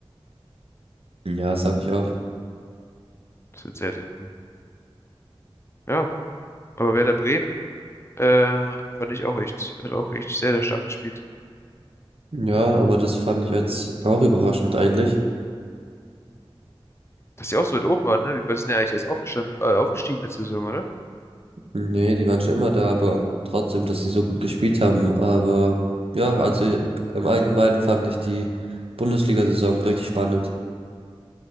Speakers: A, on the right; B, on the left.
A: Ja, sag ich auch.
B: Es wird sehr, sehr cool. Ja, aber Werder Bremen, äh, fand ich auch echt, hat auch echt sehr, sehr stark gespielt.
A: Ja, aber das fand ich jetzt auch überraschend eigentlich.
B: Dass sie auch so weit oben waren, ne? Wir sind ja eigentlich erst aufgestanden, äh, aufgestiegen letzte Saison, oder?
A: Nee, die waren schon immer da, aber trotzdem, dass sie so gut gespielt haben. Aber ja, also im Allgemeinen fand ich die Bundesliga-Saison richtig spannend.